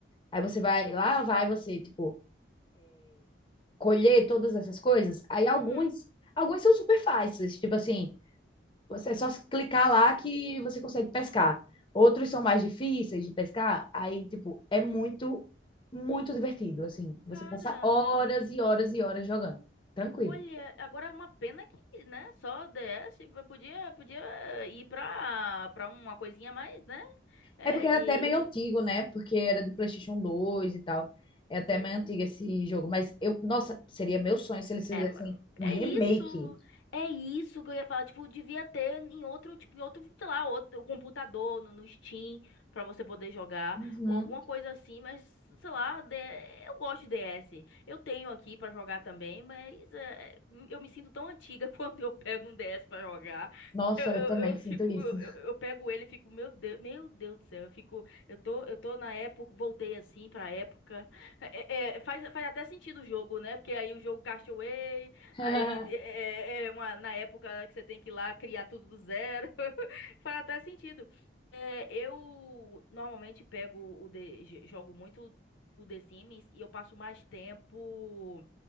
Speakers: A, on the left (about 25°); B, on the left (about 85°).
A: Aí você vai, lá vai você, tipo, colher todas essas coisas. Aí alguns,
B: uhum.
A: alguns são super fáceis, tipo assim, você é só clicar lá que você consegue pescar. Outros são mais difíceis de pescar, aí, tipo, é muito, muito divertido, assim. Você
B: Cara,
A: passa horas e horas e horas jogando, tranquilo.
B: olha, agora é uma pena que, né, só DS, eu podia, podia ir pra, pra uma coisinha mais, né, é,
A: É porque é
B: e,
A: até meio antigo, né? Porque era de PlayStation 2 e tal. É até
B: pô,
A: meio antigo esse jogo, mas eu, nossa, seria meu sonho se eles fizessem
B: É, é
A: um
B: é
A: remake.
B: isso, é isso que eu ia falar, tipo, devia ter em outro, tipo, em outro, sei lá, outro computador, no, no Steam, pra você poder jogar,
A: Uhum.
B: ou alguma coisa assim, mas, sei lá, D- eu gosto de DS, eu tenho aqui pra jogar também, mas é, eu me sinto tão antiga <laughs> quando eu pego um DS pra jogar,
A: Nossa,
B: eu, eu,
A: eu também
B: eu
A: sinto
B: fico,
A: isso.
B: eu, eu eu pego ele e fico, meu Deus, meu Deus do céu, eu fico, eu tô, eu tô na época, voltei assim pra época é, é, faz, faz até sentido o jogo, né? Porque aí o jogo Castaway,
A: <laughs>
B: aí é, é é uma, na época que você tem que ir lá criar tudo do zero. <laughs> Faz até sentido. É, eu normalmente pego o The, j- jogo muito o The Sims e eu passo mais tempo